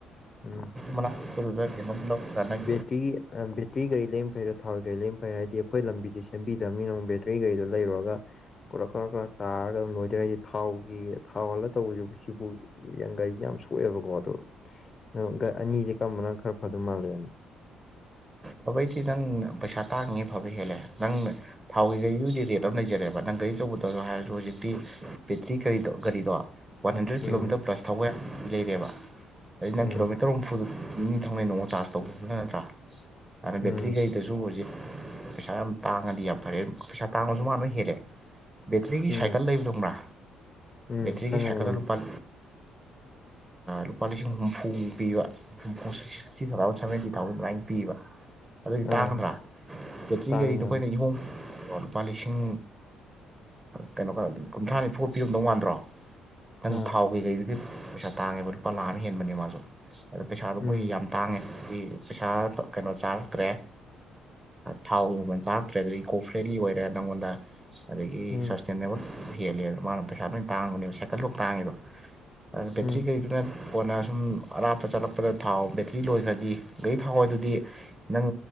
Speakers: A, on the left; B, on the right.
A: ꯎꯝ
B: ꯃꯅꯥꯛꯇꯗꯗꯥ ꯀꯩꯅꯣꯝ ꯂꯧꯔꯥ ꯅꯪ
A: ꯇꯔꯤꯒꯤ ꯑꯥ ꯕꯦ꯭ꯠꯇꯔꯤꯒꯤ ꯒꯥꯔꯤ ꯂꯩꯃꯥ ꯐꯩꯌꯦ ꯊꯋꯥꯎꯒꯥꯔꯤ ꯂꯩꯝ ꯐꯩ ꯍꯥꯏꯗꯤ ꯑꯩꯈꯣꯏ ꯂꯝꯕꯤꯁꯤ ꯁꯦꯝꯕꯤꯗꯕꯅꯤꯅ ꯕꯦꯠ ꯑꯩꯒꯤ ꯒꯥꯔꯤꯗꯨ ꯂꯩꯔꯨꯔꯒ ꯀꯣꯔꯣꯛ ꯈꯔꯛ ꯒꯔꯛ ꯇꯥꯔꯒ ꯑꯗꯨꯝ ꯂꯣꯏꯗꯔꯏꯁꯦ ꯊꯥꯎꯒꯤ ꯊꯥꯎ ꯍꯥꯜꯂ ꯇꯧꯕꯁꯤ ꯕꯤꯁꯤꯝꯄꯨꯔ ꯌꯥꯡꯒꯩ ꯁꯦ ꯌꯥꯝ ꯁꯣꯛꯑꯦꯕꯀꯣ ꯑꯗꯣ ꯅꯪꯉꯣꯟꯗ ꯑꯅꯤꯁꯦ ꯀꯝꯕꯅ ꯈꯔ ꯐꯥꯗꯧ ꯃꯥꯜꯒꯦ
B: ꯐꯕꯩꯗꯤ ꯅꯪ ꯄꯩꯁꯥ ꯇꯥꯡꯉꯤ ꯐꯕꯩ ꯍꯦꯜꯂꯦ ꯅꯪꯅ ꯊꯥꯎꯒꯤ ꯒꯥꯔꯤꯒꯤꯗꯤ ꯔꯦꯠ ꯑꯃ ꯂꯩꯖꯔꯦꯕ ꯅꯪ ꯒꯥꯔꯤ ꯑꯆꯧꯕꯗ ꯍꯥꯏꯔꯁꯨ ꯍꯧꯖꯤꯛꯇꯤ ꯕꯦꯇ꯭ꯔꯤ ꯀꯔꯤꯗꯣ ꯒꯥꯔꯤꯗꯣ one hundred kilometre
A: um
B: plus ꯊꯧꯕꯥꯌꯥꯏꯜ ꯂꯩꯔꯦꯕ ꯗꯩꯗꯤꯅꯪ
A: ꯎꯝ
B: ꯀꯤꯂꯣꯃꯤꯠ ꯇꯔꯨꯛ ꯍꯨꯝꯐꯨꯗ ꯃꯤꯅꯤ ꯊꯅ ꯅꯣꯡꯃ ꯆꯥꯔꯖ ꯇꯧꯈꯤꯕ꯭ꯔꯥ ꯅꯠꯇ꯭ꯔꯥ ꯑꯗꯨꯅ
A: ꯎꯝ
B: ꯕꯦꯇ꯭ꯔꯤꯈꯩꯗꯁꯨ ꯍꯧꯖꯤꯛ ꯄꯩꯁꯥ ꯌꯥꯝ ꯇꯥꯡꯉꯗꯤ ꯌꯥꯝ ꯐꯔꯦ ꯄꯩꯁꯥ ꯇꯥꯡꯕꯁꯨ ꯃꯥꯅ ꯍꯦꯜꯂꯦ ꯕꯦꯇ꯭ꯔꯤꯒꯤ
A: ꯎꯝ
B: ꯁꯥꯏꯀꯜ ꯂꯩꯕꯗꯣꯕ꯭ꯔꯥ
A: ꯎꯝ
B: ꯕꯦꯇ꯭ꯔꯤꯒꯤ
A: ꯈꯪꯉꯦ
B: ꯁꯥꯏꯀꯜꯗ
A: ꯏꯌꯥꯝꯕ
B: ꯂꯨꯄꯥ ꯂꯨꯄꯥ ꯂꯤꯁꯤꯡ ꯍꯨꯝꯐꯨꯃ ꯄꯤꯕ ꯍꯨꯝꯐꯨ ꯁꯤꯛꯁꯇꯤ ꯊꯥꯎꯖꯟ ꯁꯕꯦꯟꯇꯤ ꯊꯥꯎꯖꯟ ꯑꯗꯨꯃꯥꯏꯅ ꯄꯤꯕ ꯑꯗꯨꯗꯤ ꯇꯥꯡꯒꯗ꯭ꯔꯥ
A: ꯑꯥ
B: ꯀꯦꯇ꯭ꯔꯤ
A: ꯇꯥꯡꯉꯦ
B: ꯒꯥꯔꯤꯗꯣ
A: ꯏꯌꯥꯝꯕ
B: ꯑꯩꯈꯣꯏꯅ ꯏꯍꯣꯡ ꯂꯨꯄꯥ ꯂꯤꯁꯤꯡ ꯀꯩꯅꯣꯒ ꯀꯨꯟꯊ꯭ꯔꯥ ꯅꯤꯐꯨꯒ ꯄꯤꯔꯝꯗꯧ ꯃꯥꯟꯗ꯭ꯔꯣ ꯅꯪ
A: ꯑꯥ
B: ꯊꯥꯎ ꯀꯩꯀꯩꯗꯨꯗꯤ ꯄꯩꯁꯥ ꯇꯥꯡꯉꯦꯕ ꯂꯨꯄꯥ ꯂꯥꯛ ꯑꯃ ꯍꯦꯟꯕꯅꯦꯕ ꯃꯥꯁꯨ ꯑꯗ ꯄꯩꯁꯥꯗꯣ
A: ꯎꯝ
B: ꯃꯣꯏ ꯌꯥꯝ ꯇꯥꯡꯉꯦ ꯑꯩ ꯄꯩꯁꯥ ꯀꯩꯅꯣ ꯆꯥꯔꯦ ꯇ꯭ꯔꯦ ꯊꯥꯎꯒ ꯆꯥꯔꯛꯇ꯭ꯔꯦ ꯑꯗꯨꯗꯩꯩ ꯏꯀꯣ ꯐ꯭ꯔꯦꯟꯂꯤ ꯑꯣꯏꯔꯦ ꯅꯪꯉꯣꯟꯗ ꯑꯗꯒꯤ
A: ꯎꯝ
B: ꯁꯁꯇꯦꯅꯦꯕꯜ ꯍꯦꯜꯂꯦꯕ ꯃꯥꯅ ꯄꯩꯁꯥ ꯂꯣꯏ ꯇꯥꯡꯕꯅꯦꯕ ꯁꯥꯏꯀꯜ ꯕꯨꯛ ꯇꯥꯡꯉꯤꯗꯣ ꯕꯦꯇ꯭ꯔꯤ
A: ꯎꯝ
B: ꯀꯔꯤꯗꯨꯅ ꯀꯣꯟꯅ ꯁꯨꯝ ꯑꯔꯥꯞꯄ ꯆꯠꯂꯛꯄꯗ ꯊꯥꯎ ꯕꯦꯇ꯭ꯔꯤ ꯂꯣꯏꯈ꯭ꯔꯗꯤ ꯒꯥꯔꯤ ꯊꯋꯥꯎ ꯑꯗꯨꯗꯤ ꯅꯪ